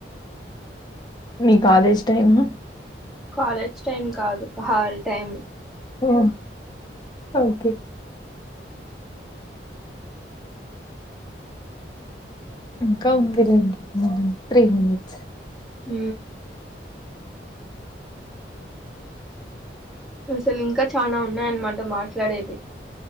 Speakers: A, on the left (about 25°); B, in the centre.
A: మీ కాలేజ్ టైమ్
B: కాలేజ్ టైమ్ కాదు కాల్ టైం
A: ఓ ఓకే ఇంకా ఉంది లే త్రీ మనిట్స్
B: ఉ అసలు ఇంకా చనా ఉన్నాయన్నమాట మాట్లాడేవి